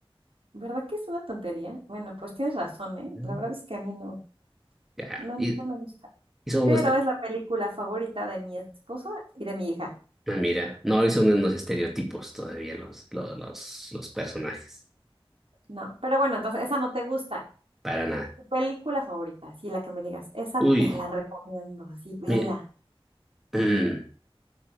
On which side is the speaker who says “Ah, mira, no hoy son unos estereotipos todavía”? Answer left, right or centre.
Centre